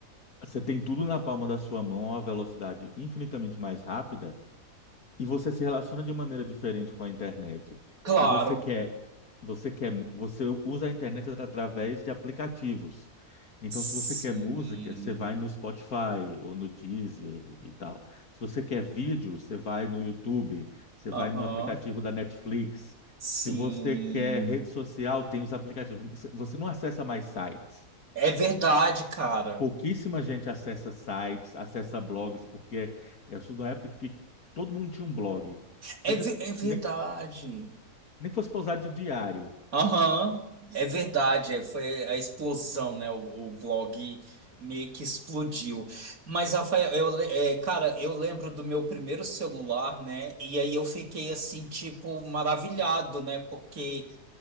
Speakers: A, on the left; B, on the right.
A: você tem tudo na palma da sua mão a uma velocidade infinitamente mais rápida. E você se relaciona de maneira diferente com a internet.
B: Claro.
A: Se você quer, você quer, você usa a internet atra- através de aplicativos. Então,
B: Sim.
A: se você quer música, você vai no Spotify ou no Deezer e tal. Se você quer vídeo, você vai no YouTube, você
B: Aham.
A: vai no aplicativo da Netflix.
B: Sim.
A: Se você quer rede social, tem os aplicativos. Você você não acessa mais sites.
B: É verdade, cara.
A: Pouquíssima gente acessa sites, acessa blogs, porque eu sou de uma época que todo mundo tinha um blog. Seja,
B: É, ve- é verdade.
A: nem, nem que fosse para usar de diário.
B: Aham, é verdade, é, foi a explosão, né? O, o blog meio que explodiu. Mas, Rafael, eu, le- é, cara, eu lembro do meu primeiro celular, né? E aí eu fiquei assim, tipo, maravilhado, né? Porque